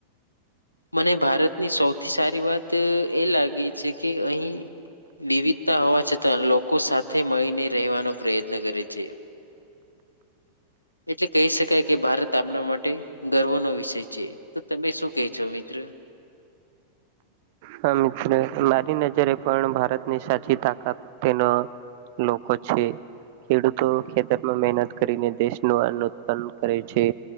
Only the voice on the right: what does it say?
હા મિત્રો મારી નજરે પણ ભારતની સાચી તાકાત તેનો લોકો છે, ખેડૂતો ખેતરમાં મહેનત કરીને દેશનું અન્ન ઉત્પન્ન કરે છે.